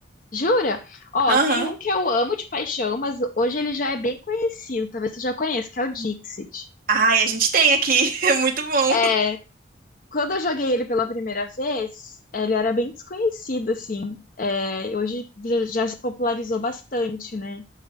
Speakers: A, on the left; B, on the right.
A: Jura? Ó,
B: Aham.
A: tem um que eu amo de paixão, mas hoje ele já é bem conhecido, talvez tu já conheça, que é o Dixit.
B: Ai, a gente tem aqui. <laughs> É muito bom.
A: é Quando eu joguei ele pela primeira vez, ele era bem desconhecido, assim. É, hoje já já se popularizou bastante, né?